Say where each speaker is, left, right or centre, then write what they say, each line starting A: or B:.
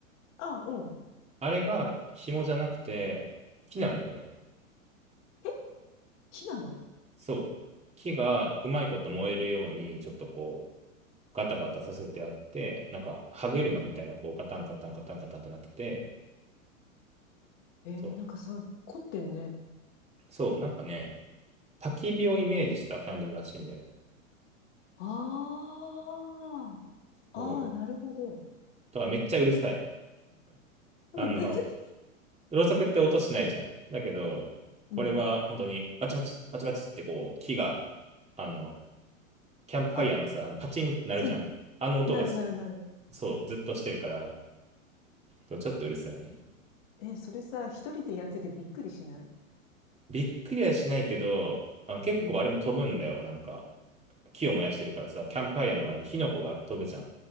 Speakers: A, on the left; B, on the right.
A: あ、うん。
B: あれが紐じゃなくて木なんだよね。
A: え、木なの
B: そう木がうまいこと燃えるようにちょっとこうガタガタさせてあってなんか歯車みたいなこうガタンガタンガタンガタンってなってて
A: えー、
B: そう。
A: なんかすごい凝ってんね。
B: そう、なんかね、焚き火をイメージしたキャンドルらしいんだよね。
A: ああ、
B: そう。
A: ああ、なるほど。
B: だからめっちゃうるさい。
A: うん、
B: あの、
A: <laughs>
B: ろうそくって音しないじゃん。だけど、これは本当にバチバチ、
A: うん。
B: バチバチってこう、木が、あの、キャンプファイヤーのさ、
A: あ、
B: あのパチンってなるじゃん。
A: うん。
B: あの音がす、
A: なるなるなる。
B: そう、ずっとしてるから、そうちょっとうるさいね。
A: えそれさ、一人でやっててびっくりしない
B: びっくりはしないけど、あ結構あれも飛ぶんだよ、
A: うん。
B: なんか。木を燃やしてるからさ、キャンプファイヤーの周りに火の粉が飛ぶじゃん。い